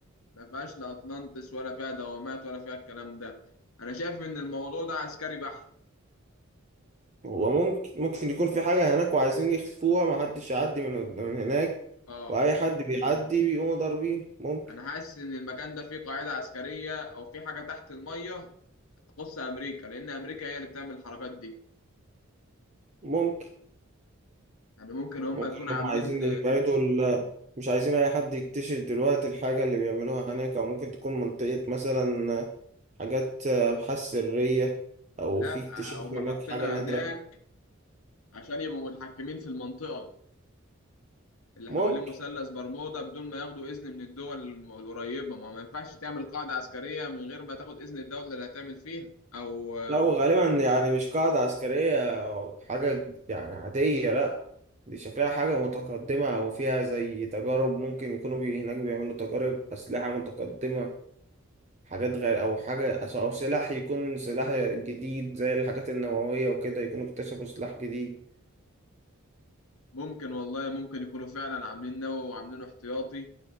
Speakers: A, on the left; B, on the right.
A: ما فيهاش لا أطلانتس ولا فيها دوامات ولا فيها الكلام ده أنا شايف إن الموضوع ده عسكري بحت
B: هو ممكن ممكن يكون في حاجة هناك وعايزين يخفوها ما حدش يعدي من من هناك
A: أه
B: واي حد بيعدي بيقوموا ضاربين ممكن
A: انا حاسس ان المكان ده فيه قاعده عسكريه او فيه حاجه تحت الميه تخص امريكا لان امريكا هي اللي بتعمل الحركات دي
B: ممكن
A: يعني ممكن هم
B: ممكن
A: يكونوا
B: هم
A: عاملين
B: عايزين يبعدوا ال... مش عايزين أي حد يكتشف دلوقتي الحاجة اللي بيعملوها هناك أو ممكن تكون منطقة مثلا حاجات أبحاث سرية أو
A: لا
B: في اكتشاف
A: هم
B: هناك
A: حاطينها
B: حاجة نادرة
A: هناك عشان يبقوا متحكمين في المنطقه اللي
B: ممكن
A: حوالين مثلث برمودا بدون ما ياخدوا اذن من الدول الم- القريبه ما ما ينفعش تعمل قاعده عسكريه من غير ما تاخد اذن الدوله اللي هتعمل فيها او
B: لو غالبا يعني مش قاعدة عسكرية أو حاجة يعني عادية لأ دي شكلها حاجة متقدمة أو فيها زي تجارب ممكن يكونوا بي... هناك بيعملوا تجارب أسلحة متقدمة حاجات غير او حاجه او سلاح يكون سلاح جديد زي الحاجات النوويه وكده يكونوا اكتشفوا سلاح جديد
A: ممكن والله ممكن يكونوا فعلا عاملين نووي وعاملينه احتياطي